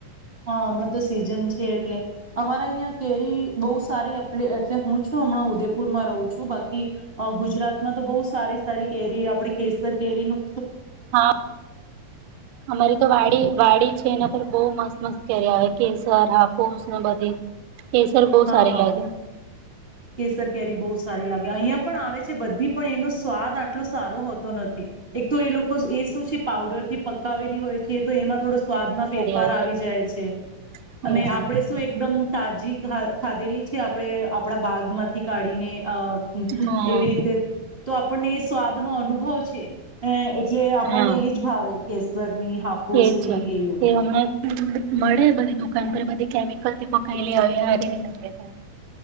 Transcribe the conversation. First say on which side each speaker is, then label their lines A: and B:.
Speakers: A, on the right; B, on the right.
A: હા હમણાં તો સીઝન છે એટલે અમારા અહં કેરી બહ સારી એટલે હું હું હમણાં ઉદેપુરમાં રહું છું બાકી ગુજરાતમાં તો બહુ સારી સારી કેરી આપડી કેસર કેરીનું
B: હા અમારી તો વાડી વાડી છે એના પર બહ મસ્ત. મસ્ કર્યા કેસર હા પોસને બધી કેસર બહુ
A: હા
B: સાર
A: હા
B: લાગે.
A: કેસર કેરી બહુ સારી લાગે અહિયાં પણ આવે છે બધી. પણ એનો સ્વાદ આટલો સારો હોતો નથી એક તો એ લોકો એ શું છે પાવડર થી પકાવેલી હોય છે તો એમાં થોડો સ્વાદમાં ફેરફાર
B: સારી આવે
A: આવી જાય છે
B: બધી
A: અને આપણેે શું એકદમ તાજી હા, ખાધેલી છે આપણે આપડા બાગ માંથી કાઢીને અહ
B: હા
A: એવી રીતે તો આપણને એ સ્વાદનો અનુ ભવ છે, અહ એટલે આપણને
B: હા
A: એજ ભાવે. કેસર ની, હાફુસની
B: એજ છે
A: એવીઓ.
B: એ હમણાં મળે બધી દુકાન પર બધી કેમિકલ થી પકાયેલી હોય <unintelligible>